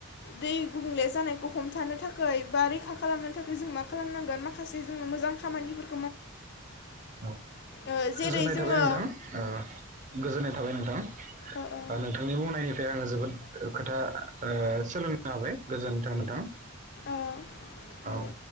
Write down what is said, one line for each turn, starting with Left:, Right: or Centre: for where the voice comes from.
Left: दै गुबुंले जानायखौ हमथानो थाखाय बा रैखा खालामनो थाखाय जों मा खालामनांगोन माखासे जोङो मोजां खामानि
Right: औ
Left: ओ जेरै
Right: गोजोननाय
Left: जोङो
Right: थाबाय नोंथां ओ गोजोननाय ओ थाबाय नोंथां
Left: ओ ओ
Right: नोंथांनि बुंनायनि बे आङो जोबोद खोथा ओ सोलोंनो हाबाय गोजोनथों नोंथां
Left: ओ
Right: औ
Left: दे